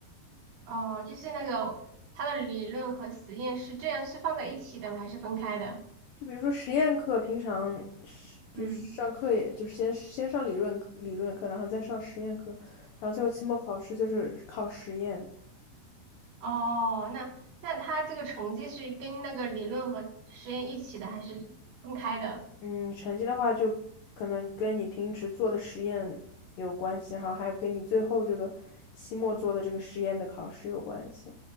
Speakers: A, on the right; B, on the left.
A: 哦，就是那个它的理论和实验是这样是放在一起的吗还是分开的？
B: 就比如说实验课，平常是就是上课也，
A: 嗯，
B: 就是先先上理论课理论课，然后再上实验课，然后最后期末考试就是考实验。
A: 哦，那那他这个成绩是跟那个理论和实验一起的，还是分开的？
B: 嗯，成绩的话就可能跟你平时做的实验有关系，然后还有跟你最后这个期末做的这个实验的考试有关系。